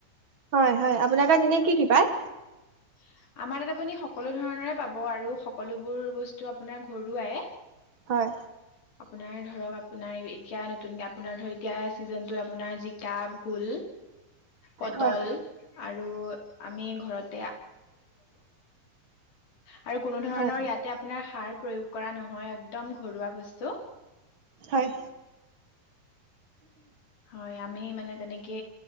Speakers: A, on the right; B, on the left.
A: হয় -হয় আপোনাৰ তাত এনে কি কি পায়?
B: <inaudible> আমাৰ তাত আপুনি সকলো ধৰণৰে পাব আৰু সকলোবোৰ বস্তু আপোনাৰ ঘৰুৱাই।
A: হয়
B: আপোনাৰ ধৰক আপোনাৰ এতিয়া নতুনকে আপোনাৰ ধৰ এতিয়া চিজনটো আপোনাৰ যি জিকা, ভোল, পটল
A: হয়
B: আৰু আমি ঘৰত আৰু কোনো ধৰণৰ
A: হয়
B: ইয়াতে আপোনাৰ সাৰ প্ৰয়োগ কৰা নহয় একদম ঘৰুৱা বস্তু
A: হয়
B: হয় আমি মানে তেনেকে